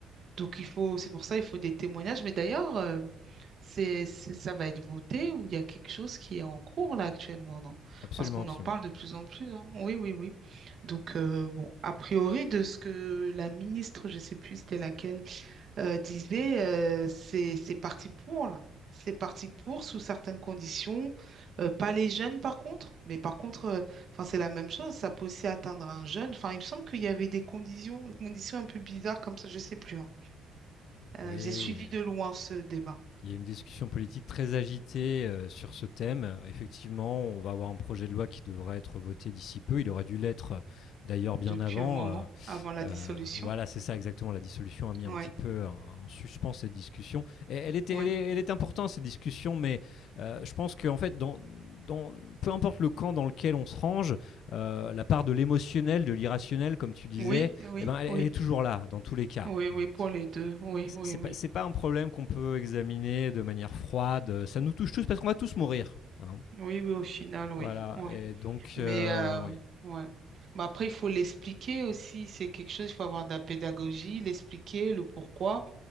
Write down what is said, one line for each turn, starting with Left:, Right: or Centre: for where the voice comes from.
Right: Donc il faut, c'est pour ça, il faut des témoignages. Mais d'ailleurs, euh, c'est, c'est- ça va être voté ou il y a quelque chose qui est en cours là actuellement, non?
Left: Absolument,
Right: Parce qu'on
Left: absolument.
Right: en parle de plus en plus, hein. Oui, oui, oui. Donc euh, bon, a priori de ce que la ministre, je sais plus c'était laquelle, euh, disait, euh, c'est c'est parti pour là. C'est parti pour sous certaines conditions, Euh, pas les jeunes par contre, mais par contre, euh, enfin c'est la même chose. Ça peut aussi atteindre un jeune. Enfin, il me semble qu'il y avait des conditions, conditions un peu bizarres comme ça, je sais plus. hein. Euh,
Left: Oui,
Right: j'ai suivi de loin ce débat
Left: Il y a une discussion politique très agitée euh, sur ce thème. Effectivement, on va avoir un projet de loi qui devra être voté d'ici peu. Il aurait dû l'être euh, d'ailleurs bien
Right: depuis
Left: avant.
Right: un moment,
Left: Euh,
Right: avant la
Left: euh,
Right: dissolution.
Left: voilà, c'est ça exactement. La dissolution a mis
Right: Oui,
Left: un petit peu en, en suspens cette discussion. Et elle, était,
Right: oui,
Left: elle, est, elle est importante, cette discussion, mais euh, je pense qu'en fait, dans, dans, peu importe le camp dans lequel on se range, euh, la part de l'émotionnel, de l'irrationnel, comme tu disais,
Right: oui, oui,
Left: eh ben, elle, elle
Right: oui,
Left: est toujours là, dans tous les cas.
Right: oui, oui,
Left: hein
Right: pour les deux. Oui,
Left: c'est
Right: oui, oui.
Left: pas, c'est pas un problème qu'on peut examiner de manière froide. Ça nous touche tous parce qu'on va tous mourir. hein.
Right: Oui, oui, au final, oui,
Left: Voilà.
Right: oui.
Left: Et donc,
Right: Mais,
Left: euh,
Right: euh,
Left: oui.
Right: ouais. Mais après, il faut l'expliquer aussi. C'est quelque chose, il faut avoir de la pédagogie, l'expliquer, le pourquoi.